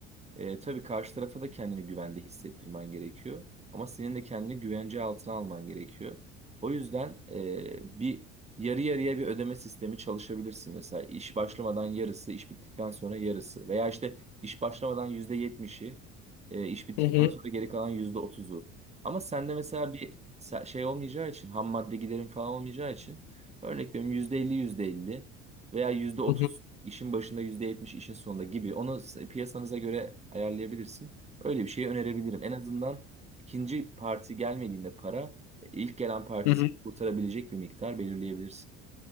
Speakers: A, on the right; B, on the left.
A: e, tabii karşı tarafa da kendini güvende hissettirmen gerekiyor. Ama senin de kendini güvence altına alman gerekiyor. O yüzden e, bir yarı yarıya bir ödeme sistemi çalışabilirsin. Mesela iş başlamadan yarısı, iş bittikten sonra yarısı. Veya işte iş başlamadan yüzde yetmişi, e, iş bittikten
B: Hı hı,
A: sonra geri kalan yüzde otuzu. Ama sende mesela bir se- şey olmayacağı için, ham madde giderin falan olmayacağı için örnek veriyorum yüzde elli, yüzde elli veya yüzde otuz.
B: hı hı,
A: İşin başında %70, işin sonunda gibi. Onu s- piyasanıza göre ayarlayabilirsin. Öyle bir şey önerebilirim. En azından ikinci parti gelmediğinde para, e, ilk gelen parti
B: hı hı.
A: seni kurtarabilecek bir miktar belirleyebilirsin.